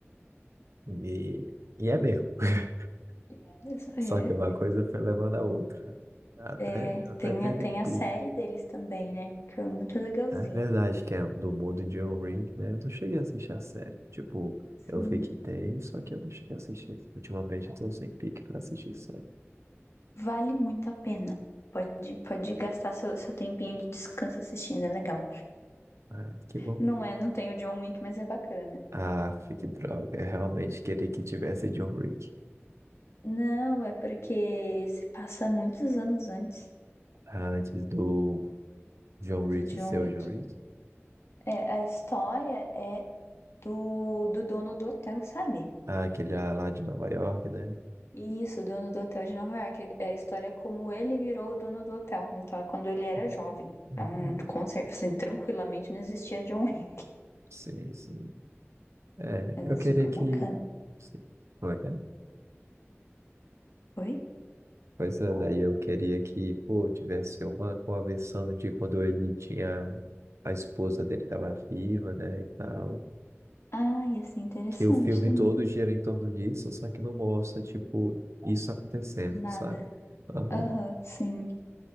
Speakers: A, on the right; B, on the left.
A: E, e é mesmo. <laughs>
B: É mesmo? É.
A: Só que uma coisa foi levando a outra. Até,
B: É,
A: até
B: tem,
A: perder
B: a- tem a
A: tudo.
B: série deles também, né? Que é muito legalzinha.
A: É verdade que é do mundo de John Ring, né? Eu não cheguei a assistir a série. Tipo,
B: Sim.
A: eu vi que tem, só que eu não cheguei a assistir. Ultimamente eu tô sem pique pra assistir série.
B: Vale muito a pena. Pode, pode gastar seu, seu tempinho de descanso assistindo, é legal.
A: Ah, que bom.
B: Não é, não tem o John Wick, mas é bacana.
A: Ah, que droga. Eu realmente queria que tivesse John Wick.
B: Não, é porque se passa muitos anos antes
A: Antes do John Wick
B: do John
A: ser
B: Wick.
A: o John Wick.
B: É, é, a história é do, do dono do hotel, sabe?
A: Ah, aquele lá de Nova York, né?
B: Isso, o dono do hotel de Nova York. É a história como ele virou o dono do hotel. Então é quando ele era
A: Não,
B: jovem.
A: não
B: Então,
A: é que não é.
B: com certeza, assim, tranquilamente não existia John Wick.
A: Sim, sim. É,
B: Mas
A: eu
B: é
A: queria
B: super
A: que.
B: bacana.
A: se- Como é que é?
B: Oi?
A: Pois é, daí eu queria que, pô, tivesse uma conversão de quando ele tinha. A esposa dele tava viva, né, e tal.
B: Ah, ia ser interessante
A: Que o filme
B: também.
A: todo gira em torno disso, só que não mostra, tipo, isso acontecendo,
B: Nada.
A: sabe? Aham.
B: Aham, sim.